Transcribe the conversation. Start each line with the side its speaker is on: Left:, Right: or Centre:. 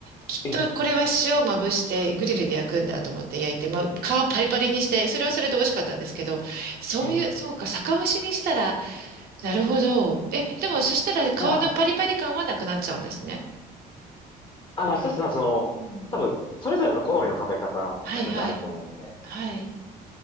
Right: きっとこれは塩をまぶしてグリルで焼くんだと思って焼いて、
Left: え、
Right: まあ、皮パリパリにして、それはそれで美味しかったんですけど、そういう、
Left: え、え、
Right: そうか、酒蒸しにしたら、なるほど。え、でもそしたら皮のパリパリ感はなくなっちゃうんですね。
Left: ああ、まあそうですね、その、
Right: うん
Left: 多分、それぞれの好みの食べ方がそれぞれあると思うんで、
Right: はいはい。はい。